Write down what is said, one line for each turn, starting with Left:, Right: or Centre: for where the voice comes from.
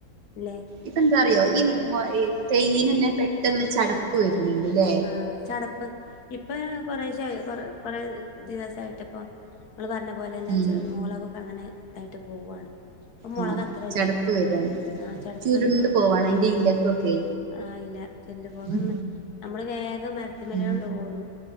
Left: ഇല്ലേ
Right: ഇപ്പ എന്താ അറിയോ ഈ മൊ ഈ തെയ്യിനെന്നെ പെട്ടെന്ന് ചട പ്പ് വര്ന്ണ്ട്ലേ
Left: ആ ചടപ്പ് ഇപ്പ കൊറേശേ ആയി കൊർ കൊറേ ദിവസായിട്ട് ഇപ്പൊ ഇങ്ങള് പർഞ്ഞ പോലെന്നെ
Right: ഉം
Left: ചെ മൊളൊകോക്കെ അങ്ങനെ ഇതായിട്ട് പോവാണ് ഇപ്പൊ മുളക്
Right: ആ
Left: അത്ര
Right: ചടപ്പ്
Left: ഇല്ല
Right: വരാണ്
Left: ആ ചടപ്പ്
Right: ചുരുണ്ട്
Left: വരാണ്
Right: പോവാണ് അഴിന്റെ ഇലക്കൊക്കെ
Left: ആ ഇല ചുര്ണ്ടു പോകാന്ന്
Right: ഉം
Left: നമ്മള് വേഗം മര്ത്തിമേലെ
Right: ഉം
Left: ഒള്ളു ഓടും